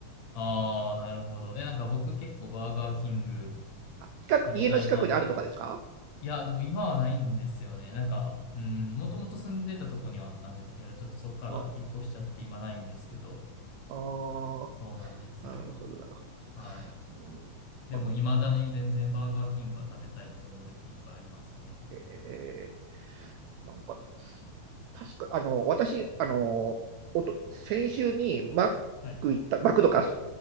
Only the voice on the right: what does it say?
<laughs> あ、近く、
家の近くにあるとかですか
あ、あ
なるほど、なるほど。
うんこの、
えー、なんか、確か、あの、私、あの、おと、先週にマック行った、
マクドから